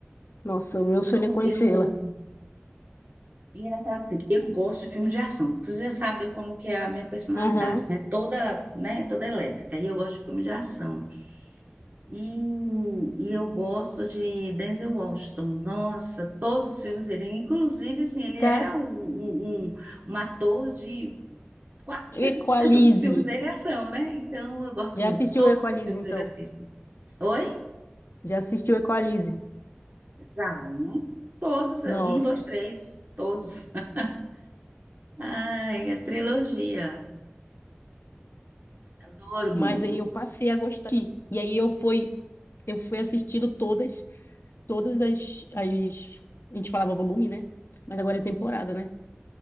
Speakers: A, on the left; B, on the right.
A: Nossa, meu
B: eu,
A: sonho é conhecê-la.
B: eu... e Engraçado assim, eu gosto de filme de ação. Você já sabe como que é a minha personalidade,
A: Aham.
B: né? Toda, né? Toda elétrica. E eu gosto de filme de ação. E, e eu gosto de Denzel Washington. Nossa, todos os filmes dele. Inclusive, assim, ele
A: Cara,
B: é um, um, um- um ator de quase 90%
A: Equalize.
B: dos filmes dele é ação, né? Então, eu gosto
A: Já
B: muito.
A: assistiu
B: Todos
A: Equalize,
B: os filmes
A: então?
B: dele eu assisto. Oi?
A: Já assistiu Equalize?
B: Já, né? Todos.
A: Nossa.
B: Um, dois, três. Todos. <laughs> Ai, a trilogia. Adoro
A: Mas
B: muito.
A: aí eu passei a gostar. E aí eu fui, eu fui assistindo todas, todas as, as- A gente falava volume, né? Mas agora é temporada, né?